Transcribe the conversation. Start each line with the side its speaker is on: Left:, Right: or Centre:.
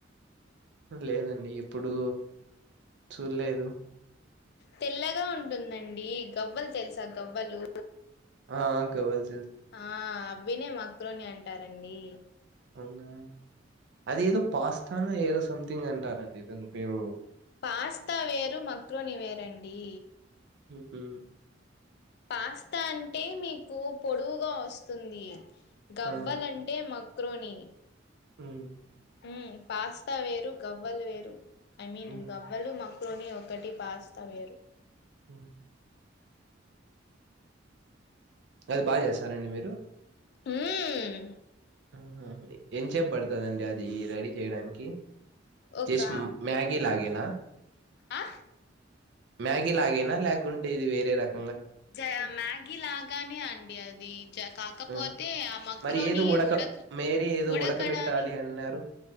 Right: లేదండి ఎప్పుడు చూల్లేదు.
Left: తెల్లగా ఉంటుందండి గవ్వలు తెలుసా గవ్వలూ
Right: ఆఆ గవ్వల్
Left: ఆ అ వినే మక్రోని అంటారండీ.
Right: అవునా అదేదో పాస్తా ఏదో సంథింగ్ అంటారండి దాని పేరు
Left: పాస్తా వేరు మక్రోని వేరండీ
Right: హ్మ్ హు
Left: పాస్తా అంటే మీకు పొడువుగా వొస్తుంది గవ్వలంటే
Right: ఆ
Left: మ క్రోనీ
Right: హ్మ్.
Left: హ్మ్ పాస్తా వేరు గవ్వల్ వేరు ఐ మీన్
Right: హ్మ్.
Left: గవ్వలు మ క్రోని ఒకటి పాస్తా వేరు
Right: హ్మ్ అది బా జెస్తారండి మీరు
Left: హ్మ్మ్
Right: హ్మ్ హు ఎంచేపడుతదండి అది రెడీ చేయడానికి
Left: ఒక
Right: జెస్ట్ మ్యాగీలాగేనా
Left: ఆ
Right: మ్యాగి లాగేనా లేకుంటే ఇది వేరే రక
Left: జ మ్యాగీ లాగానే అండి అ ది జ కాకపోతే
Right: ఆ!
Left: ఆ మక్రోని
Right: మరి ఏదో
Left: ఉడక
Right: మేరీ ఏదో
Left: ఉడకడాని
Right: ఉడకబెట్టాలి అన్నారు?